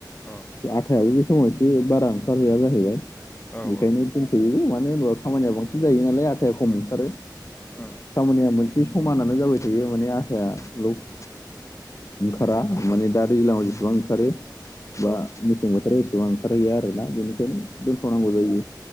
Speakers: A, on the left; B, on the left.
A: औ
B: आथायाबो बे समाव एसे बारा ओंखार हैया जाहैबाय
A: औ
B: बेखायनो
A: औ
B: दोनथ'योबो मानो होनोबा खामानिया बांसिन जायो नालाय आटा खम ओंखारो
A: उम उम
B: खामानिया मोनसे समानानो जाबाय थायो माने आटायाल' ओंखारा माने दा दैज्लाङाव जेसेबां ओंखारो बा
A: औ
B: मेसें बोथोराव एसेबां ओंखार हैया आरोना बेनिखायनो दोनथनांगौ जायो